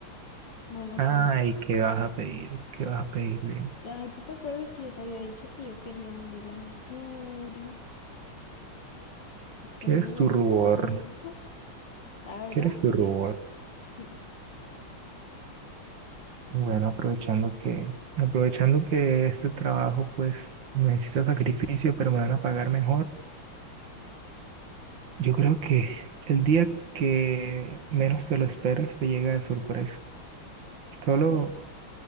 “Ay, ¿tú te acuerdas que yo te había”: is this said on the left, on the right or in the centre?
Left